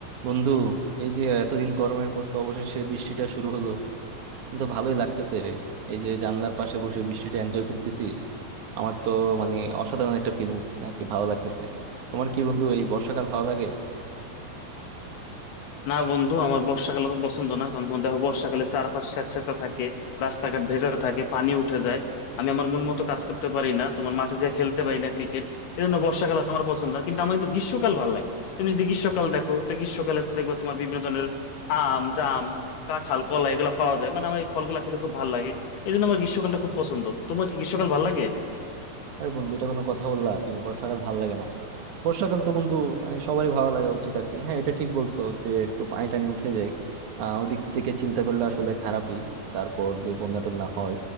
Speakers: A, on the right; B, on the left.
A: বন্ধু এই যে এতদিন গরমের পর তো অবশেষে বৃষ্টিটা শুরু হলো কিন্তু ভালোই লাগতেছে রে এই যে জানলার পাশে বসে বৃষ্টিটা এনজয় করতেছি আমার তো মানে অসাধারণ একটা ফিলিংস আর কি ভালো লাগতেছে তোমার কি বন্ধু এই বর্ষাকাল ভালো লাগে
B: না বন্ধু আমার বর্ষাকাল তো পছন্দ না কারণ বন্ধু দেখো বর্ষাকালে চারপাশ স্যাঁতসেঁতে থাকে রাস্তাঘাট ভেজা থাকে পানি উঠে যায় আমি আমার মন মতো কাজ করতে পারি না তোমার মাঠে যেয়ে খেলতে পারি না ক্রিকেট এই জন্য বর্ষাকাল আমার পছন্দ না কিন্তু আমার কিন্তু গ্রীষ্মকাল ভালো লাগে তুমি যদি গ্রীষ্মকাল দেখো তো গ্রীষ্মকালে দেখবা তোমার বিভিন্ন ধরনের আম জাম কাঁঠাল কলা এগুলো পাওয়া যায় মানে আমার এই ফলগুলা খেতে খুব ভালো লাগে এই জন্য আমার গ্রীষ্মকালটা খুব পছন্দ তোমার কি গ্রীষ্মকাল ভালো লাগে
A: আরে বন্ধু এটা কোনো কথা বললা তুমি বর্ষাকাল ভালো লাগে না বর্ষাকাল তো বন্ধু মানে সবারই ভালো লাগা উচিত আর কি হ্যাঁ এটা ঠিক বলছো যে একটু পানি টানি উঠে যায় আহ ওদিক থেকে চিন্তা করলে আসলে খারাপই তারপর যদি বন্যা টন্যা হয়